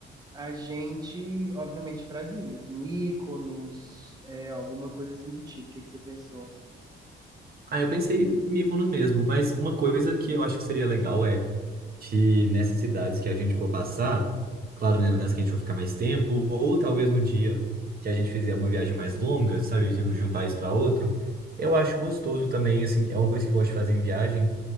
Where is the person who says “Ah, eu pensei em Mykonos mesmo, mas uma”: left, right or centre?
Right